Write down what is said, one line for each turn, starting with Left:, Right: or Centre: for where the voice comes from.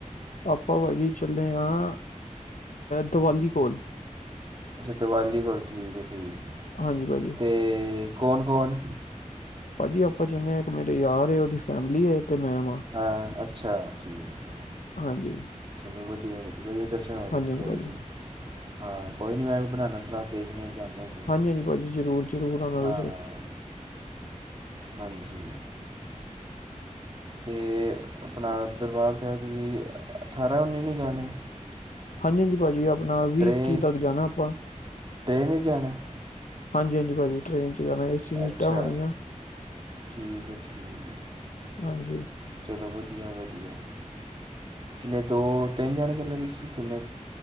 Left: ਆਪਾਂ ਭਾਜੀ ਚੱਲੇ ਹਾਂ ਦੀਵਾਲੀ ਕੋਲ
Right: ਅੱਛਾ ਦਿਵਾਲੀ ਕੋਲ ਠੀਕ ਹੈ ਠੀਕ ਹੈ।
Left: ਹਾਂਜੀ ਭਾਜੀ
Right: ਤੇ ਕੌਣ ਕੌਣ
Left: ਭਾਜੀ ਆਪਾਂ ਚਿੰਨਦੇ ਹਾਂ ਇੱਕ ਮੇਰੇ ਯਾਰ ਉਹਦੀ ਫੈਮਿਲੀ ਤੇ ਮੈਂ ਵਾਂ
Right: ਹਾਂ ਅੱਛਾ ਠੀਕ ਹੈ
Left: ਹਾਂਜੀ,
Right: ਚਲੋ ਵਧੀਆ ਵਧੀ ਵਧੀਆ ਦਰਸ਼ਨ ਹੋ
Left: ਹਾਂਜੀ, ਹਾਂਜੀ
Right: ਕੋਈ
Left: ਭਾਜੀ
Right: ਨਹੀਂ ਹਾਂ ਕੋਈ ਨੀ ਮੈਂ ਵੀ ਬਣਾਉਣਾ ਸਲਾਹ ਦੇਖਣ ਜਾਂਦੇ ਤੁ
Left: ਹਾਂਜੀ, ਹਾਂਜੀ ਭਾਜੀ ਜ਼ਰੂਰ, ਜ਼ਰੂਰ ਆਣਾ
Right: ਹਾਂ
Left: ਤੁਸੀਂ
Right: ਹਾਂਜੀ ਤੇ ਆਪਣਾ ਦਰਬਾਰ ਸਾਹਿਬ ਵੀ ਠਾਹਰਾਂ ਉਨੀ ਨੂ ਜਾਣਾ
Left: ਹਾਂਜੀ ਹਾਂਜੀ ਭਾਜੀ ਆਪਣਾ ਵੀ
Right: ਟ੍ਰੇਨ
Left: ਇੱਕੀ ਤੱਕ ਜਾਣਾ ਆਪਾਂ
Right: ਟ੍ਰੇਨ ਵਿੱਚ ਜਾਣਾ
Left: ਹਾਂਜੀ ਹਾਂਜੀ ਭਾਜੀ ਟ੍ਰੇਨ ਚ ਜਾਣਾ ਏਸੀ
Right: ਅੱਛਾ
Left: ਸੀਟਾਂ ਹੋਣਗੀਆਂ
Right: ਠੀਕ ਹੈ ਠੀਕ ਹੈ।
Left: ਹਾਂਜੀ
Right: ਚਲੋ ਵਧੀਆ ਵਧੀਆ ਕਿੰਨੇ ਦੋ ਤਿੰਨ ਜਾਣੇ ਚੱਲੇ ਤੁਸੀਂ ਕਿੰਨੇ